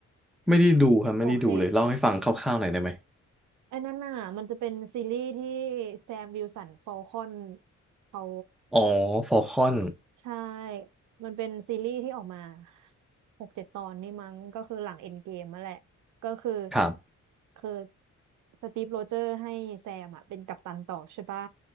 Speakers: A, in the centre; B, on the right.
A: ไม่ได้ดูครับไม่ได้ดูเลยเล่าให้ฟังคร่าวๆหน่อยได้ไหม
B: โอเคอันนั้นน่ะมันจะเป็นซีรีส์ที่แซมวิลสันฟอลคอนเขา
A: อ๋อฟอลคอน
B: ใช่ มันเป็นซีรีส์ที่ออกมาหกเจ็ดตอนนี่มั้งก็คือหลังเอ็นเกมมาแหละก็คือ
A: ครับ
B: คือสตีฟโรเจอร์ให้แซมอ่ะเป็นกัปตันต่อใช่ปะ